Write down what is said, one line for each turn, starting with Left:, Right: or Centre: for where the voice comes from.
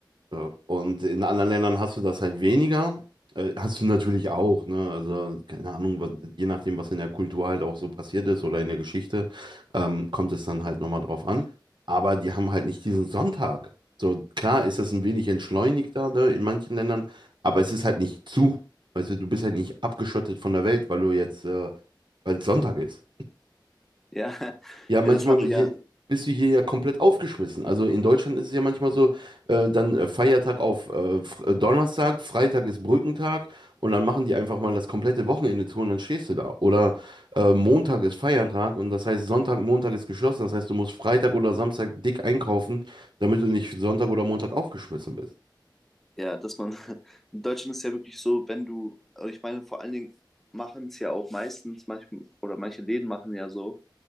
Right: Ja, Und in anderen Ländern hast du das halt weniger. Äh, Hast du natürlich auch, ne? Also, keine Ahnung, was- je nachdem, was in der Kultur halt auch so passiert ist oder in der Geschichte, ähm, kommt es dann halt nochmal drauf an. Aber die haben halt nicht diesen Sonntag. So, klar ist das ein wenig entschleunigter, ne, in manchen Ländern, aber es ist halt nicht zu. Also, du bist halt nicht abgeschottet von der Welt, weil du jetzt, äh, weil es Sonntag ist.
Centre: ja, <laughs>
Right: Ja, manchmal
Centre: ja, das haben wir
Right: hier,
Centre: ja,
Right: bist du hier ja komplett aufgeschmissen. Also in Deutschland ist es ja manchmal so, äh, dann äh, Feiertag auf äh, F- äh, Donnerstag, Freitag ist Brückentag und dann machen die einfach mal das komplette Wochenende zu und dann stehst du da. Oder äh, Montag ist Feiertag und das heißt Sonntag, Montag ist geschlossen. Das heißt, du musst Freitag oder Samstag dick einkaufen, damit du nicht Sonntag oder Montag aufgeschmissen bist.
Centre: ja, dass man, <laughs> in Deutschland ist ja wirklich so, wenn du, also ich meine, vor allen Dingen machen es ja auch meistens, manchmal, oder manche Läden machen ja so,